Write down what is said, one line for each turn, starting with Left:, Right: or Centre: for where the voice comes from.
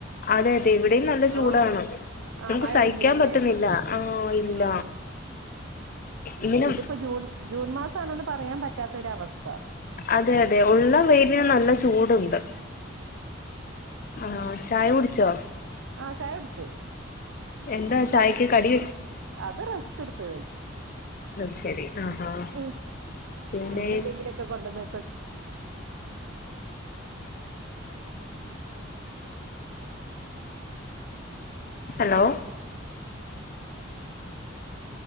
Left: അതെ അതെ ഇവിടെയും നല്ല ചൂടാണ്
Right: ആഹ് ആഹ്
Left: നമുക്ക്
Right: മഴ
Left: സഹിക്കാൻ
Right: ഇല്ലല്ലേ
Left: പറ്റുന്നില്ല ആഹ് ഇല്ല
Right: ആഹ്
Left: ഇങ്ങനെ
Right: ഇതിപ്പോ ജൂൺ ജൂൺ മാസമാണെന്ന് പറയാൻ പറ്റാത്തൊരവസ്ഥ
Left: അതെ അതെ ഉള്ള വെയിലിന്
Right: ആഹ്
Left: നല്ല ചൂടുണ്ട് ആഹ് ചായ കുടിച്ചോ
Right: ആഹ് ചായ കുടിച്ചു
Left: എന്താ ചായക്ക്
Right: അത്
Left: കടി
Right: അത് റെസ്ക് എടുത്ത് കഴിച്ചു
Left: അത് ശരി ആഹ് ആഹ്
Right: ഉം
Left: പിന്നെ
Right: അങ്ങനെ എന്തെങ്കിലൊക്കെ കൊണ്ടന്നക്ക
Left: ഹലോ